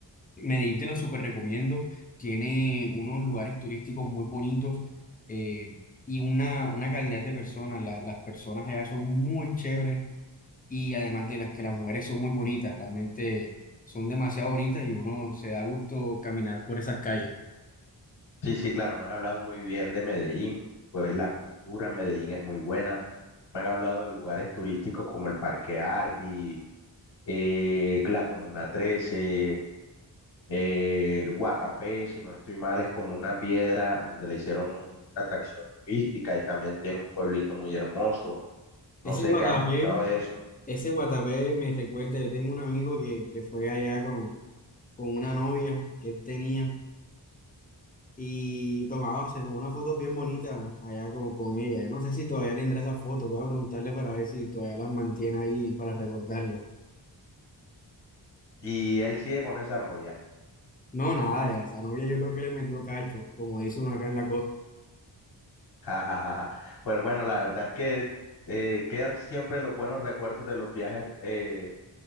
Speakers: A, on the left; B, on the left.
A: Medellín te lo súper recomiendo. Tiene unos lugares turísticos muy bonitos eh, y una, una calidad de personas. La- las personas allá son muy chéveres y además de las que las mujeres son muy bonitas, realmente son demasiado bonitas y uno se da gusto caminar por esas calles.
B: Sí, sí, claro, me han hablado muy bien de Medellín, pues la cultura en Medellín es muy buena. Me han hablado de lugares turísticos como el Parque Arví, eh, la Comuna trece, eh, el Guatapé, si no estoy mal, es como una piedra donde le hicieron un- una atracción turística y también tiene un pueblito muy hermoso.
A: Ese
B: No sé
A: Guatapé,
B: qué has escuchado de eso.
A: ese Guatapé me recuerda, yo tengo un amigo que, que fue allá con, con una novia que él tenía. y tomaba, se tomó una foto bien bonita allá con, con ella. No sé si todavía tendrá esa foto, voy a preguntarle para ver si todavía las mantiene ahí para recordarlo.
B: Y él sigue con esa novia.
A: No, nada, esa novia yo creo que le metió cacho, como dice uno acá en la costa.
B: <laughs> Ja, ja, ja, ja. Pues bueno, la verdad es que eh, quedan siempre los buenos recuerdos de los viajes eh,